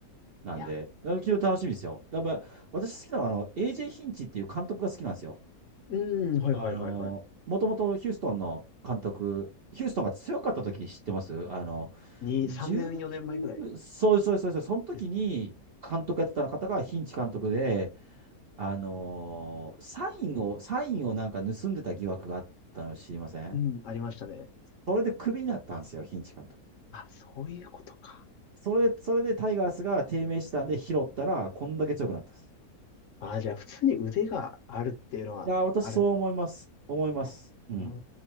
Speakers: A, on the right; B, on the left.
A: ーなんで、
B: いや、
A: だから昨日楽しみですよ。だから、私好きなのは、あの、AJ ヒンチっていう監督が好きなんですよ。
B: うん、はいはいはいはい。
A: あの、もともとヒューストンの監督、ヒューストンが強かった時知ってますあの、
B: に、
A: 19、
B: 3年、4年前ぐらい
A: そうそうそうそう、その時に監督やってた方がヒンチ監督で、
B: ですかね。はい。
A: あのーサインを、サインをなんか盗んでた疑惑があったの知りません
B: うん、ありましたね。
A: それでクビになったんですよ、ヒンチ監督。
B: あ、そういうことか。
A: それで、それでタイガースが低迷したんで拾ったら、こんだけ強くなったんです。
B: あ、じゃあ、普通に腕があるっていうのはある。
A: いやー、私そう思います。思います。うん。
B: うー